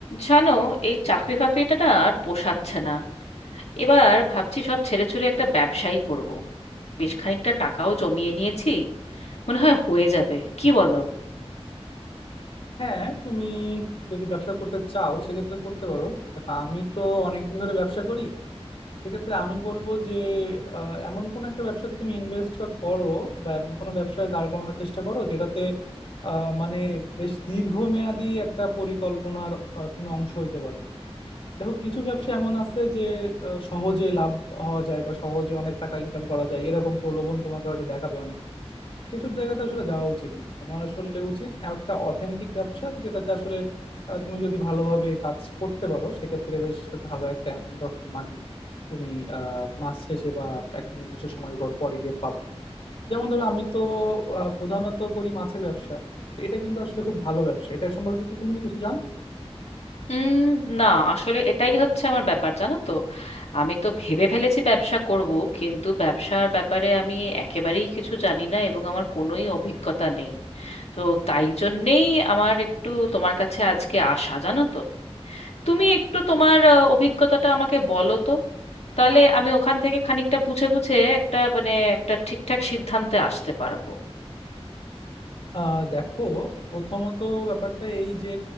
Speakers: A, on the left (about 80°); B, on the left (about 60°).
A: জানো এই চাকরি ফাকরিটা না আর পোষাচ্ছে না এবার ভাবছি সব ছেড়ে ছুড়ে একটা ব্যবসাই করব। বেশ খানিকটা টাকাও জমিয়ে নিয়েছি মনে হয় হয়ে যাবে কি বলো
B: হ্যাঁ তুমি যদি ব্যবসা করতে চাও সেক্ষেত্রে করতে পারো দেখো আমি তো অনেকদিন ধরে ব্যবসা করি সেক্ষেত্রে আমি বলবো যে আহ, এমন কোন একটা ব্যবসাতে তুমি ইনভেস্ট করো বা এমন কোনো ব্যবসায় দাঁড় করানোর চেষ্টা করো যেটাতে আহ, মানে বেশ দীর্ঘমেয়াদী একটা পরিকল্পনার আহ, তুমি অংশ হইতে পারো দেখো কিছু ব্যবসা এমন আছে যে আহ, সহজে লাভ হওয়া যায় বা সহজে অনেক টাকা ইনকাম করা যায় এরকম প্রলোভন তোমাকে হয়তো দেখাবে অনেকে সেসব জায়গাতে আসলে যাওয়া উচিত না তোমার আসলে উচিত একটা অথেন্টিক ব্যবসা যেটাতে আসলে আহ, তুমি যদি ভালোভাবে কাজ করতে পারো সেক্ষেত্রে বেশ ভালো একটা অ্যামাউন্ট অফ মানি তুমি আহ, মাস শেষে বা একটা নির্দিষ্ট সময় পর পরে গিয়ে পাবা যেমন ধরো আমি তো আহ, প্রধানত করি মাছের ব্যবসা তো এটা কিন্তু আসলে খুব ভালো ব্যবসা এটা সম্পর্কে কি তুমি কিছু জানো
A: উম না আসলে এটাই হচ্ছে আমার ব্যাপার জানো তো আমি তো ভেবে ফেলেছি ব্যবসা করব কিন্তু ব্যবসার ব্যাপারে আমি একেবারেই কিছু জানি না এবং আমার কোনোই অভিজ্ঞতা নেই তো তাই জন্যেই আমার একটু তোমার কাছে আজকে আসা জানো তো তুমি একটু তোমার আহ, অভিজ্ঞতাটা আমাকে বলো তো তাহলে আমি ওখান থেকে খানিকটা বুঝে বুঝে একটা মানে একটা ঠিকঠাক সিদ্ধান্তে আসতে পারবো
B: আহ দেখো প্রথমত ব্যাপারটা এই যে